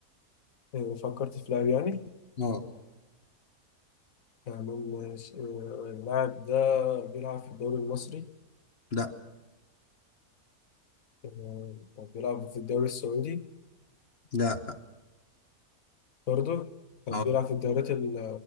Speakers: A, on the left; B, on the left.
A: آه، فكرت في لاعب يعني
B: اه
A: تمام ماشي آه، اللاعب ده بيلعب في الدوري المصري
B: لا
A: آه، طب بيلعب في الدوري السعودي
B: لا
A: برضه طب
B: اه
A: بيلعب في الدوريات ال-